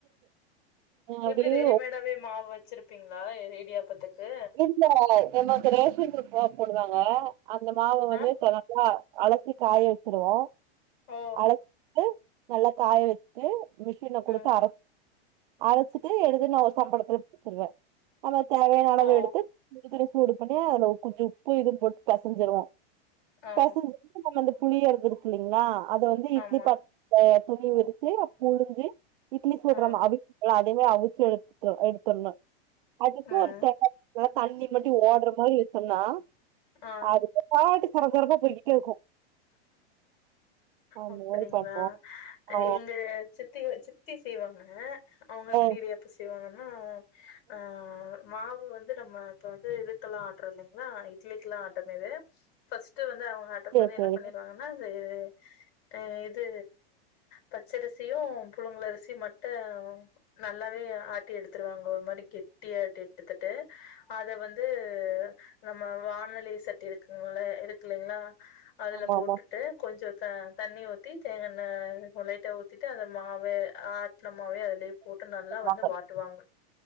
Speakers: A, on the right; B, on the left.
A: அப்டியே
B: எப்டி ரெடிமேடாவே மாவ வச்சிருப் இருப்பீங்களா இது இடியாபத்துக்கு
A: இல்ல என்ன அப்ப ரேஷன் போவ சொல்லுதாங்க அந்த மாவு வந்து
B: ஆ
A: தனக்கா அலசி காய வச்சுருவோ
B: ஓ
A: அலந்து நல்லா காய வச்சு லே மிஷின கொடுத்து
B: ம்
A: அரைச் அரைச்சிட்டு எடுத்து நா ஒரு சம்படத்துல போட்டிருவே நம்ம தேவையான அளவு
B: ஓ
A: எடுத்து இதுல சூடு பண்ணி அத குஞ்சு உப்பு இதுன்னு போட்டு பெசஞ்சிருவோ
B: ஆ
A: பசஞ்ச நம்ம அந்த புளிறது இருக்கு இல்லைங்களா அதை வந்து இட்லி
B: ஆமா
A: பாத் த துணி விரிச்சு புழிஞ்சு இட்லி சுடுற
B: ஆ
A: மாவு எல்லா அதையுமே அவிச்சி எடுத் எடுத்தரணு அதுக்கு
B: ம்
A: ஒரு தண் தண்ணி மட்டும் ஓடுற மாதிரி சொன்னா
B: ஆ
A: அதுக்குபாட்டுக்கு கொறகொறப்பா போய்கிட்டே இருக்கு அந்த
B: அப்டிங்களா
A: மாரி பண்ணுவோ
B: அ
A: ஆ
B: எங்க சித்தி ஓ சித்தி சித்தி செய்வாங்க அவங்க
A: ஆ
B: எப்டி இடியாப்பம் செய்வாங்கன்னா ஆ மாவு வந்து நம்ம இப்ப வந்து இதுக்கெல்லா ஆட்டுற இல்லைங்களா இட்லிக்கல்லா ஆட்டுனது ஃபஸ்ட் வந்து அவங்க ஆட்டு
A: சேரி
B: போது என்ன
A: சேரி
B: பண்ணிருவாங்கன்னா இது அ இது பச்சரிசியு புழுங்கல் அரிசியு மட்டு நல்லாவே ஆட்டி எடுத்துருவாங்க ஒரு மாதிரி கெட்டியா ஆட்டி எடுத்துட்டு அத வந்து இது நம்ம வானலி சட்டி இருக்குங்கள்ள இருக்கில்லைங்களா அதுல
A: ஆமா
B: போட்டுட்டு
A: ஆமா
B: கொஞ்ச த-தண்ணி ஊத்தி தேங்கெண்ண ஒரு லைட்டா ஊத்திட்டு அந்த மாவே ஆட்டின மாவே அது லே போட்டு நல்லா
A: ஆமா
B: வந்து வாட்டுவாங்க.